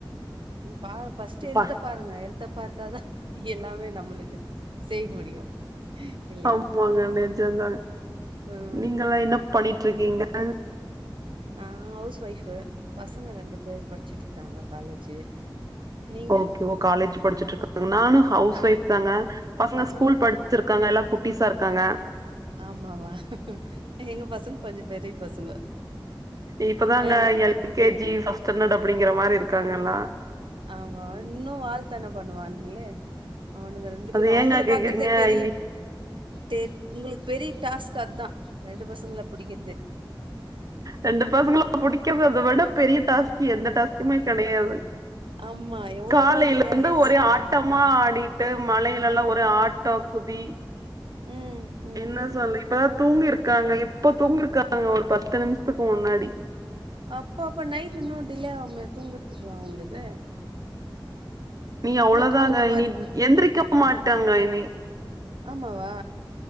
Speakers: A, on the right; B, on the right.
A: ம் பார் ஃபஸ்ட்டு
B: ப்பா
A: ஹல்த் பாருங்க ஹல்த்த பாத்தா தா எல்லமே நம்மளுக்கு செய்ய முடியு இல்லையா
B: ஆமாங்க நெஜந்தா
A: ம்
B: நீங்களா என்னப் பண்ணிட்ருக்கீங்ளா
A: நா ஹவஸ் ஒய்ஃபு பசங்க இரண்டு பேரு பட்ச்சிட்ருக்குறாங்க காலேஜு நீங்க
B: ஓகே ஓ காலேஜ் படிச்சுட்ருக்கும் போது நா ஹவ்ஸ்
A: ஆ
B: ஒய்ஃப் தாங்க பசங்க ஸ்கூல்
A: ம்
B: படிச் ச்சிருக்காங்க எல்லா குட்டிஸா இருக்காங்க
A: ஆமாவா எங்க பசங்க கொஞ்ச பெரிய பசங்க
B: இப்பாதங்க
A: அ
B: L K G first standard அப்டிங்குற மாரி இருக்காங்க எல்லா
A: ஆமா இன்னு வால்தான பண்ணுவானுங்களே அவனுங்கள் ரெண்டு
B: அது
A: பேரு அவ்ங்கள
B: ஏங்க கேக்குறீங்க
A: பாக்கர்தே பெரிய
B: இனி
A: தேர் உங்களுக்கு பெரிய டாஸ்க் அதுதா ரெண்டு பசங்கள புடிக்கிறது
B: ரெண்டு பசங்கள புடிக்கிறது அத விட பெரிய டாஸ்க்கு எந்த டாஸ்க்குமே கெடையாது
A: ஆமா. எவ்வளோ
B: காலைலருந்து
A: பெரிய வேலைய
B: ஒரே
A: ஸ்
B: ஆட் ட்டமா ஆடிட்டு மழையிலலா ஒரே ஆட்ட குதி
A: ம் ம்.
B: என்ன சொல்ல இப்பதா தூங்கிருக்காங்க இப்ப தூங்கிருக்காங்க ஒரு பத்து நிம்ஷத்துக்கு முன்னாடி
A: அப்பப்ப நைட்டு இன்னு டிலே ஆகுமே தூங்கற்த்துக்கு அவ்ங்களுக்கு
B: னி அவ்ளோதாங்க
A: தூங்குன மாரி
B: இனி எந்திரிக்க மாட்டங்க இனி
A: ஆமாவா